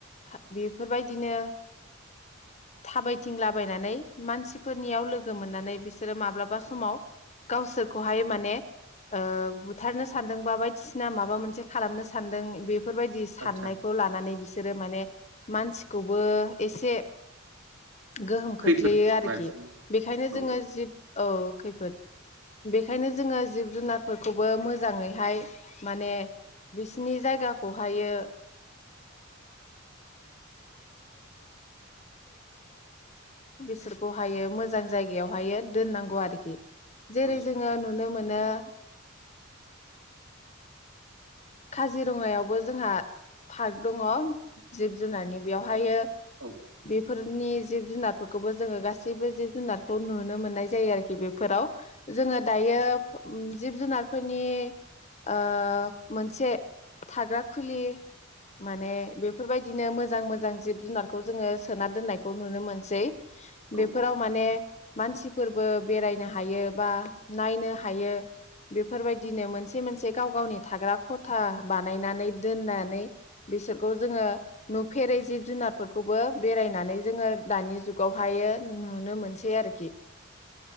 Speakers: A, on the left (about 35°); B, on the right (about 65°).
A: हा बेफोरबायदिनो थाबायथिंलाबायनानै मानसिफोरनियाव लोगो मोननानै बिसोरो माब्लाबा समाव गावसोरखौहाय माने ओ बुथारनो सान्दों बा बायदिसिना माबा मोनसे खालामनो सान्दों बे फोरबायदि साननायखौ
B: आतसा
A: लानानै बिसोरो माने मानसिखौबो एसे गोहोम
B: खैफोद
A: खोख ग्लैयो आरोखि
B: मानसिनि
A: बेखायनो
B: औ
A: जोङो जिब औ खैफोद बेखायनो जोङो जिब जुनारफोरखौबो मोजाङैहाय माने बिसिनि जायगाखौहायो सोरखौहायो मोजां जायगायावहायो दोननांगौ आरोखि जेरै
B: औ
A: जोङो नुनो मोन नो <inaudible> काजिरङायावबो जोंहा पार्क दङ जिब जुनारनि बेवहायो
B: औ
A: बेफोरनि जिब जुनारफोरखौबो जोङो गासैबो जिब जुनारखौ नुनो मोननाय जायो आरोखि बेफोराव जोङो दायो ओम जिब जुनारफोरनि ओ मोनसे थाग्रा खुलि माने बेफोरबायदिनो मोजां मोजां जिब जुनारखौ जोङो सोना दोननायखौ नुनो मोनसै
B: औ
A: बेफोराव माने मानसिफोरबो बेरायनो हायो बा नायनो हायो बेफोरबायदिनो मोनस से मोनसे गाव गावनि थाग्रा खथा बानायनानै दोननानै बिसोरखौ जोङो नुफेरै जिब जुनारफोरखौबो बेरायनानै जोङो दानि जुगावहायो नुनो मोनसै आरोखि